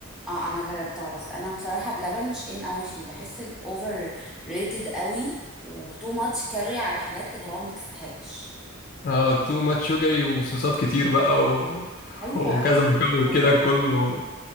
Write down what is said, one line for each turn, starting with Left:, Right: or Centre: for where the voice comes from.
Centre: اه انا جربتها بس انا بصراحه بلبن مش ان اوي فيه بحس الاوفر ريتد قوي وتو ماتش كاري على حاجات اللي هو ما تستحقش
Left: اه تو ماتش شوجري وصوصات كتير بقى و...
Centre: ايوه
Left: وكذا مكون
Centre: والله
Left: كده كله